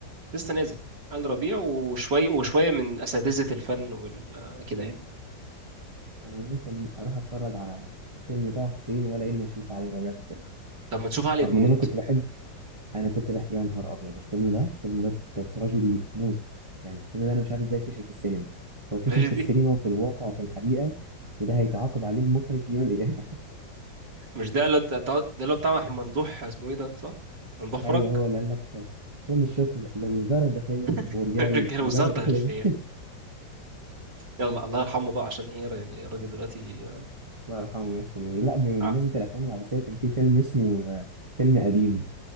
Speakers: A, on the right; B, on the right.
A: لسه نازل علي ربيع وشوية وشوية من أساتذة الفن وال كده يعني
B: <laughs> انا ممكن اروح اتفرج على فيلم طه حسين ولا اني اشوف علي ربيع في فيلم
A: طب ما نشوف علي
B: رغم
A: تموت
B: ان انا كنت بحب انا كنت بحب يا نهار ابيض الفيلم ده الفيلم ده ده تراجيدي موت يعني الفيلم ده انا مش عارف ازاي فشل في السينما هو فشل
A: ماشي
B: في السينما
A: دي
B: وفي الواقع وفي الحقيقة وده هيتعاقب عليه المخرج يوم الايام
A: مش ده اللي انت- ده اللي هو بتاع ممدوح اسمه ايه ده صح؟ ممدوح فرج
B: ايوه هو اللي قال لك كل الشكر لوزاره الداخليه
A: <laughs>
B: ورجال
A: رجاله
B: وزاره
A: وزارة
B: الداخليه
A: داخلية يلا الله يرحمه بقى عشان ايه يعني الراجل دلوقتي
B: <laughs> الله يرحمه يحسن يعني لا بمناسبه
A: آه.
B: الافلام العباسيه كان في فيلم اسمه آه، فيلم قديم